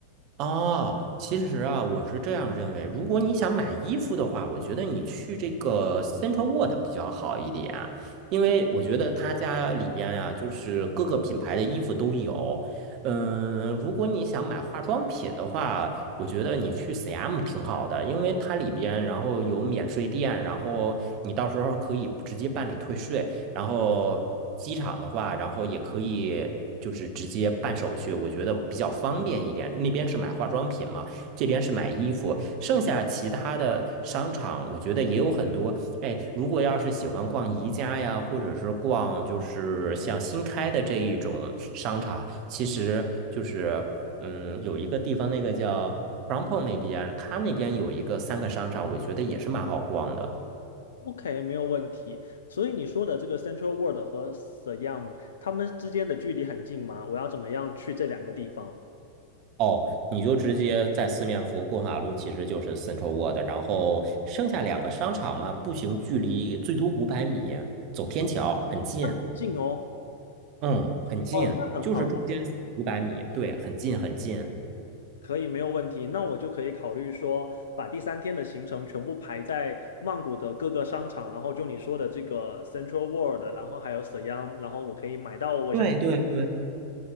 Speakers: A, on the right; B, on the left.
A: 哦，其实啊，我是这样认为，如果你想买衣服的话，我觉得你去这个 Central World 比较好一点，因为我觉得他家里边呀、就是各个品牌的衣服都有。嗯，如果你想买化妆品的话，我觉得你去 CM 挺好的，因为它里边然后有免税店，然后你到时候可以直接办理退税。然后机场的话，然后也可以就是直接办手续，我觉得比较方便一点。那边是买化妆品嘛，这边是买衣服。剩下其他的商场，我觉得也有很多。哎，如果要是喜欢逛宜家呀，或者是逛就是像新开的这一种商场，其实就是嗯，有一个地方那个叫 Prompo 那边，它那边有一个三个商场，我觉得也是蛮好逛的。
B: ？OK，没有问题。所以你说的这个 Central World 和 Siam，它们之间的距离很近吗？我要怎么样去这两个地方？
A: 哦，你就直接在四面佛过马路，其实就是 Central World，然后剩下两个商场嘛，步行距离最多五百米，走天桥很近，
B: 那很近哦。
A: 嗯，很近，
B: 哦，那很好，
A: 就是中间五百米，对，很近很近，
B: 可以，没有问题。那我就可以考虑说，把第三天的行程全部排在曼谷的各个商场，然后就你说的这个 Central World，然后还有 Siam，然后我可以买到我想要，
A: 对对对